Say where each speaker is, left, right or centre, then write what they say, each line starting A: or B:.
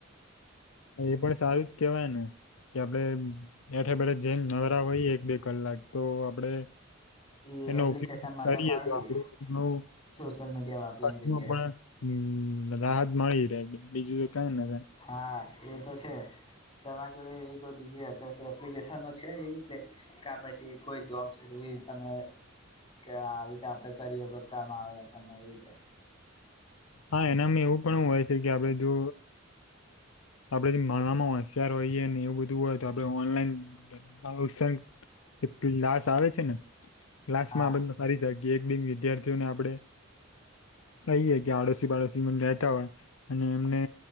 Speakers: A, on the left; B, on the left.
A: એ પણ સારું જ કેવાય ને કે આપડે એપ બેઠે બેઠે જેમ નવરા હોઈએ એક બે કલાક તો આપણે
B: ઈ
A: એનો
B: એપ્લિકેશન
A: ઉપયોગ
B: માટે
A: કરીએ
B: ફાળવીએ
A: તો આપણું
B: સોશિયલ મીડિયા વાપરીની
A: ખર્ચમાં
B: જગ્યાએ
A: પણ રાહત મળી રે બીજું કઈ ના થાય
B: હા એ તો છે. તમારી જોડે એવી કોઈ બીજી અધર્સ એપ્લિકેશનો છે એવી કે કા પછી કોઈ જોબસ એવી પ્લીઝ તમે કે આવી રીતે આપણેે કરીએ તો કામ આવે આપણને એ રીતે
A: હા એનામાં એવું પણ હોય છે કે આપડે જો આપડે જે ભણવામાં હોશિયાર હોઈએ ને એવું બધું હોય તો આપણે ઓનલાઈન પ્રમોશન એ ક્લાસ આવે છે ને કલાસમાં
B: હા
A: આ બને હારી સાઇડ જે એક બે વિદ્યાર્થીઓને આપડે કહીએ કે આડોશી પાડોશી મને રહેતા હોય અને એમને